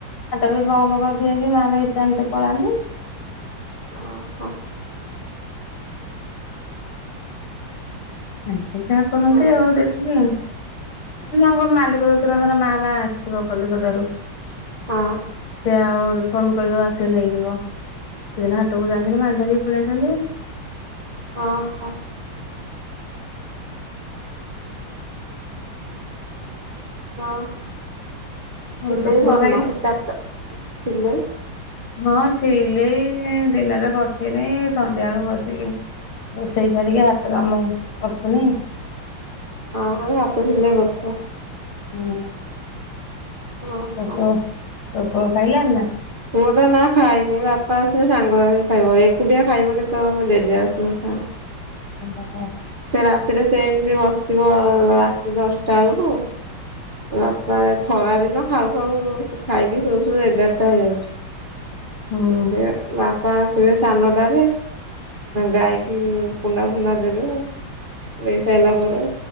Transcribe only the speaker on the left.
ହାଟ ବି ବନ୍ଦ କରିଦିଅନ୍ତି ନହଲେ କେତେ ଏମିତି ପଳାନ୍ତି।
ଏମିତି ଯାହା କରନ୍ତି
ଆଉ ଦେଖିକି ଆଉ କିନ୍ତୁ ତାଙ୍କ ମାଲିକ ଟୋଟା ଧର ମାଲ୍ ଆସିଥିବ କଲିକତା ରୁ
ସେ ଆଉ ଫୋନ କରିବ ଆସିକି ନେଇଯିବ ସେଦିନ ହାଟକୁ ଯାଆନ୍ତିନି ମାଲ ଧରିକି ପଳେଇ ଆସନ୍ତି।
ଆଉ ତୋ ପୁଅ
ଖାଇଲି
ହଁ ସିଲେଇ ଦିନରେ କରୀଥିନି ସନ୍ଧ୍ୟା ବେଳୁ ବସିକି ରୋଷେଇ ସାରିକି ହାତ କାମ କରୁଥିନି।
ହୁଁ।
ତୋ ପୁଅ ତୋ ପୁଅ ଖାଇଲାଣି ନାଁ?
ଅହୋ <unintelligible>
ହୁଁ।